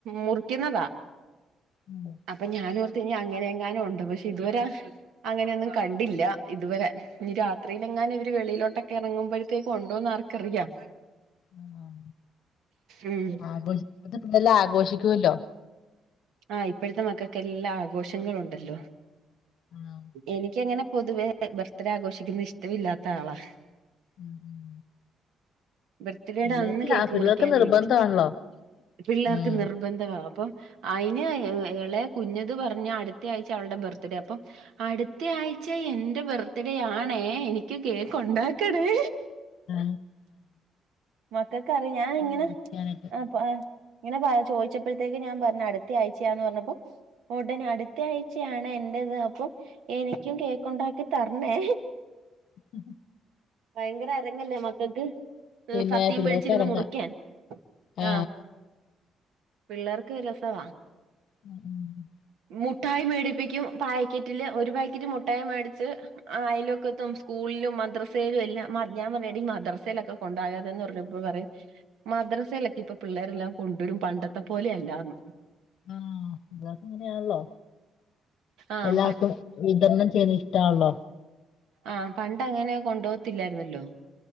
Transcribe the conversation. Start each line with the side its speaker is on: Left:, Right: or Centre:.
Right: മുറിക്കുന്നതാ
Left: ഉം
Right: അപ്പൊ ഞാൻ ഓർത്ത കഴിഞ്ഞ അങ്ങനെ എങ്ങാനും ഉണ്ട് പക്ഷെ ഇതുവരെ അങ്ങനെയൊന്നും കണ്ടില്ല ഇതുവരെ ഇനി രാത്രിയില് എങ്ങാ ഇവര് വെളിയിലോട്ടൊക്കെ ഇറങ്ങുമ്പോഴത്തേക്ക് ഉണ്ടോന്ന് ആർക്കറിയാം
Left: ആഹ
Right: ഇമ്
Left: ആഘോഷല്ല ആഘോഷിക്കോ ല്ലോ
Right: ആഹ ഇപ്പോഴത്തെ മക്കക്കെല്ലാം ആഘോഷങ്ങളുണ്ടല്ലോ
Left: ആഹ്
Right: എനിക്കങ്ങനെ പൊതുവേ ബർത്ത്ഡേ ആഘോഷിക്കുന്ന ഇഷ്ടമില്ലാത്ത ആളാ
Left: ഉം ഉം
Right: ബർത്ത്ഡേയുടെ
Left: പിള്ളേർക്ക്
Right: അന്ന് കേക്ക്
Left: ആഹ് പിള്ളേർക്ക്
Right: മുറിക്കാൻ
Left: നിർബന്ധമാണല്ലോ
Right: എനിക്കിഷ്ട പിള്ളേർക്ക്
Left: ഉം
Right: നിർ നിർബന്ധമാ അപ്പം അയിന് ഇളയെ കുഞ്ഞത് പറഞ്ഞ അടുത്ത ആഴ്ച അവളുടെ ബർത്ത് ഡേ അപ്പം അടുത്ത ആഴ്ച എന്റെ ബർത്ത്ഡേ ആണേ എനിക്ക് കേക്ക് ഉണ്ടാക്കണേ
Left: ആ
Right: മക്കൾക്കറിയ ഞാൻ ഇങ്ങനെ
Left: മുറിക്കാനായിട്ട്
Right: ആഹ് ഇങ്ങനെ ചോദിച്ചപ്പോഴത്തേക്ക് ഞാൻ പറഞ്ഞു അടുത്തയായ്ചയാന്ന് പറഞ്ഞപ്പം ഉടനെ അടുത്ത ആഴ്ചയാണ് എന്റത് അപ്പം എനിക്കും കേക്ക് ഉണ്ടാക്കി തരണേ
Left: ഉ
Right: ഭയങ്കര അരങ്ങല്ലേ മക്കൾക്ക്
Left: പിന്നെ
Right: സത്തിയും
Left: പിള്ളേർക്ക്
Right: പിടിച്ചിരുന്ന്
Left: ഇറങ്ങാം
Right: മുറിക്കാൻ
Left: ആ
Right: ആഹ പിള്ളേർക്ക് രസവാ
Left: ഉം ഉം
Right: മുഠായി മേടിപ്പിക്കും പാക്കറ്റില് ഒരു പാക്കറ്റ് മുഠായി മേടിച്ച് ആ അയലൊക്കെത്തും സ്കൂളിലും മദ്രസ എല്ലാം മ ഞൻ പറഞ്ഞെ എടി മദ്രസയിലൊക്കെ കൊണ്ടാകരുത് എന്ന് പറഞ്ഞപ്പോ പറയും മദ്രസയിലൊക്കെ ഇപ്പൊ പിള്ളേരെല്ലാം കൊണ്ടുവരും പണ്ടത്തെ പോലെയല്ലാന്ന്
Left: ആഹ് ഇതൊക്കെ ഇങ്ങനെയാണല്ലോ
Right: ആഹ്
Left: എല്ലാവർക്കും വിതരണം ചെയ്യുന്നത് ഇഷ്ടമാണല്ലോ
Right: ആഹ പണ്ട അങ്ങനെ കൊണ്ടുകത്തില്ലെർന്നോല്ലോ